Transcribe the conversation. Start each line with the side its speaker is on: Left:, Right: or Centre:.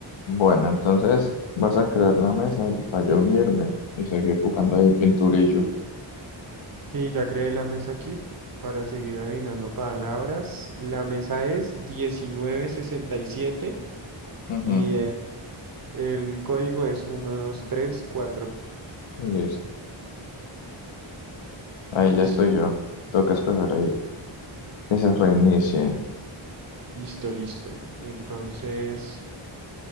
Left: Bueno, entonces vas a crear la mesa y para yo unirme y seguir jugando ahí pinturillo.
Right: Sí, ya creé la mesa aquí para seguir adivinando palabras. La mesa es diecinueve sesenta y siete
Left: Ujú,
Right: y el, el código es 1234.
Left: Listo. Ahí
Right: Listo,
Left: ya estoy yo. Toca esperar ahí que se reinicie.
Right: listo, listo. Entonces